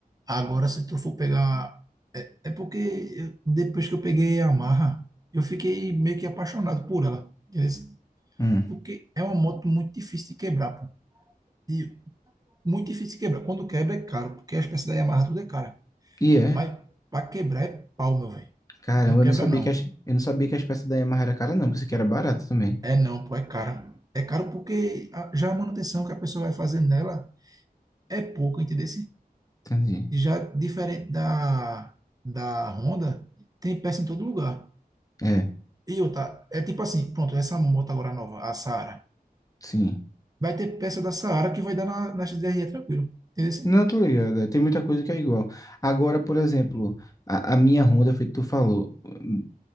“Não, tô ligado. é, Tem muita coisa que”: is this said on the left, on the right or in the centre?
Left